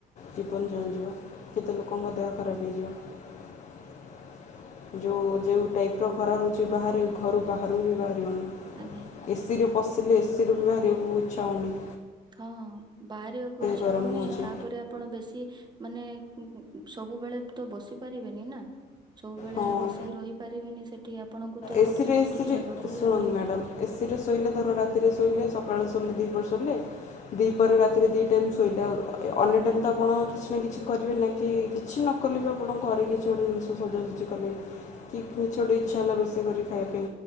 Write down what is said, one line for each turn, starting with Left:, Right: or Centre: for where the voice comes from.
Left: ଜୀବନ ଜଳିଯିବ କେତେ ଲୋକଙ୍କ ଦେହ ଖରାପ ହେଇଯିବ। <inaudible> ଯେଉ ଯେଉଁ ଟାଇପ୍ ର ଖରା ହେଉଛି ବାହାରେ ଘରୁ ବାହହାରାରୁ ବି ବାହାରିବନି।
Right: ଆଜ୍ଞା।
Left: ଏସିିରେ ପଶି ଏସିରୁ ବି ବାହାରିବାକୁ ଇଚ୍ଛା ହୋଉନି।
Right: ହଁ ବାହାରିବାକୁ ଇଚଛା
Left: ଗରମ
Right: ହଉନି
Left: ହେଉଛି।
Right: ତାପରେ ଆପଣ ବେଶୀ ମାନେ ସବୁବେଳେ ତ ବସି ପାରିବେନି ନା। ସବୁବେଳେ
Left: ହଁ।
Right: ବସିକି ରହିପାରିବେନି ସେଠି ଆପଣଙ୍କୁ ତ ଏପଟେ
Left: ଏସିରେ
Right: ସବୁ
Left: ଏସିରେ
Right: ଟିକେ ହେବାକୁ
Left: ଶୁଣନ୍ତୁ
Right: ବି ପଡିବ।
Left: ମ୍ୟାଡାମ ଏସି ରେ ଶୋଇଲେ ଧର ରାତିରେ ଶୋଇଲେ ସକାଳୁ ସେମିତି ଶୋଇଲେ। ଦି
Right: ହୁଁ
Left: ପରେ ରାତିରେ ଦି ଟାଇମ୍ ଶୋଇଲେ ଆଉ ଅନ୍ୟ ଟାଇମ୍
Right: ଆଜ୍ଞା
Left: ତ ଆପଣ କିଛି ନା କିଛି କରିବେ ନା କି କିଛି ନ କଲେ ବି ଆପଣଙ୍କ ଘରେ କିଛି ଗୋଟେ ଜିନିଷ ସଜାସଜି କଲେ କିଛି ଗୋଟେ ଇଚ୍ଛା ହେଲା ରୋଷେ କରି ଖାୟାପାଇ